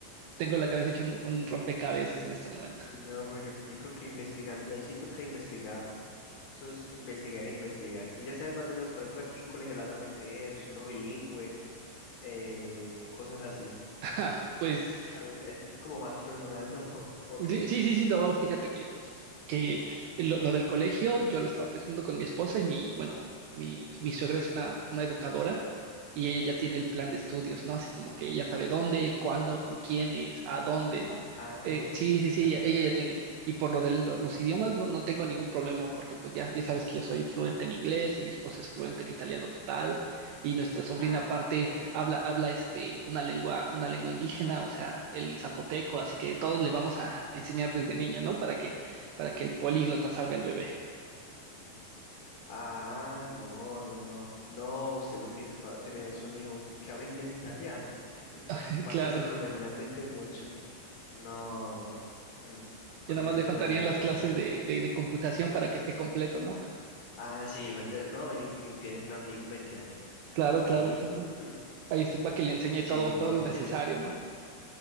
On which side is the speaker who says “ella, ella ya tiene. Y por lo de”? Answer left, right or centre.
Right